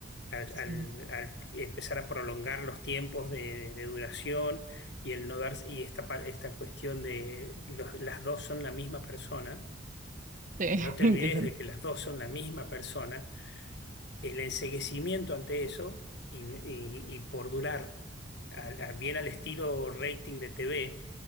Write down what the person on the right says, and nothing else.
Sí,
sí,
<laughs>
que eso
no